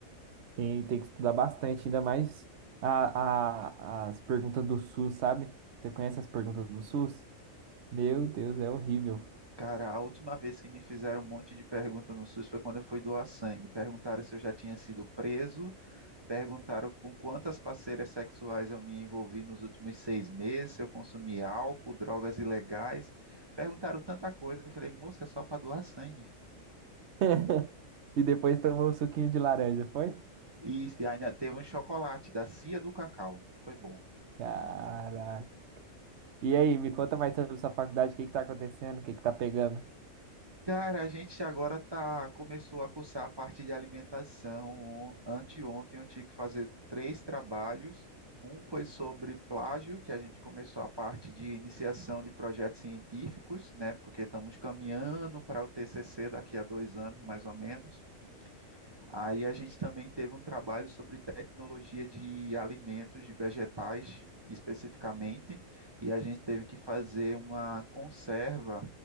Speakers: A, on the right; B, on the right.
A: Tem, tem que estudar bastante, ainda mais a, a- as perguntas do SUS, sabe? Você conhece as perguntas do SUS? Meu Deus, é horrível.
B: Cara, a última vez que me fizeram um monte de pergunta no SUS foi quando eu fui doar sangue. Perguntaram se eu já tinha sido preso Perguntaram com quantas parceiras sexuais eu me envolvi nos últimos seis meses, se eu consumi álcool, drogas ilegais. Perguntaram tanta coisa que eu falei, moça, é só para doar sangue.
A: <laughs> E depois tomou um suquinho de laranja, foi?
B: E, e ainda teve um chocolate da Cia do Cacau. Foi bom.
A: Caraca. E aí, me conta mais sobre sua faculdade, o que que tá acontecendo, o que que tá pegando?
B: Cara, a gente agora tá, começou a cursar a parte de alimentação. Anteontem eu tive que fazer três trabalhos. Um foi sobre plágio, que a gente começou a parte de iniciação de projetos científicos, né? Porque estamos caminhando para o TCC daqui a dois anos, mais ou menos. Aí a gente também teve um trabalho sobre tecnologia de alimentos, de vegetais especificamente, e a gente teve que fazer uma conserva